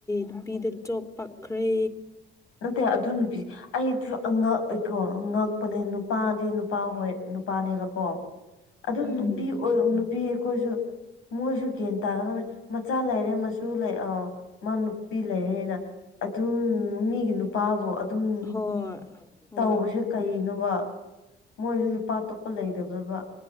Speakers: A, on the left; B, on the left.
A: ꯅꯨꯄꯤꯗ ꯆꯣꯞ ꯄꯛꯈ꯭ꯔꯦ
B: ꯅꯠꯇꯦ ꯑꯗꯨ ꯅꯨꯄꯤ ꯑꯩꯗꯨ ꯑꯉꯛ ꯑꯦꯀꯣ ꯑꯉꯛꯄꯅꯦ ꯅꯨꯄꯥꯗꯤ ꯅꯨꯄꯥ ꯍꯣꯏ ꯅꯨ ꯄꯥꯅꯦꯕꯀꯣ ꯑꯗꯨ
A: ꯎꯝ
B: ꯅꯨꯄꯤ ꯑꯣꯏ ꯎꯪ ꯅꯨꯄꯤ ꯑꯩꯈꯣꯏꯁꯨ ꯃꯣꯏꯁꯨ ꯀꯦꯟ <unintelligible> ꯃꯆꯥ ꯂꯩꯔꯦ ꯃꯁꯨ ꯂꯩ ꯑꯧ ꯃꯥ ꯅꯨꯄꯤ ꯂꯩꯔꯦꯅ ꯑꯗꯨꯝ ꯃꯤ ꯏ ꯅꯨꯄꯥꯕꯨ ꯑꯗꯨꯝ
A: ꯍꯣꯏ ꯍꯣꯏ
B: ꯇꯧꯕꯁꯦ ꯀꯩꯅꯣꯕ ꯃꯣꯏꯖꯨ ꯅꯨꯄꯥ ꯑꯇꯣꯞꯄ ꯂꯩꯗꯕ꯭ꯔꯕ